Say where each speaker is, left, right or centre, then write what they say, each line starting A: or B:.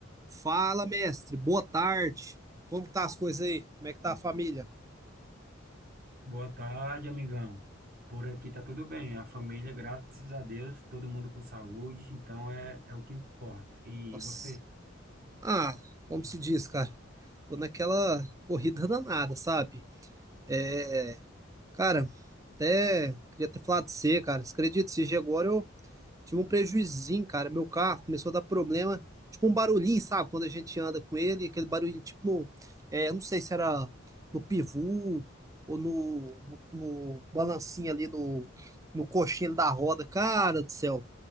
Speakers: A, on the right; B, on the right.
A: Fala, mestre. Boa tarde. Como que tá as coisas aí? Como é que tá a família?
B: Boa tarde, amigão. Por aqui tá tudo bem. A família, graças a Deus, todo mundo com saúde, então é, é o que importa. E
A: Nossa.
B: você?
A: Ah, como se diz, cara? Tô naquela corrida danada, sabe? É, cara, até queria ter falado de você, cara. Você acredita, se agora eu Tive um prejuizinho, cara. Meu carro começou a dar problema, tipo um barulhinho, sabe? Quando a gente anda com ele, aquele barulhinho, tipo no. É, não sei se era no pivô ou no, no, no balancinho ali no, no coxinho da roda. Cara do céu,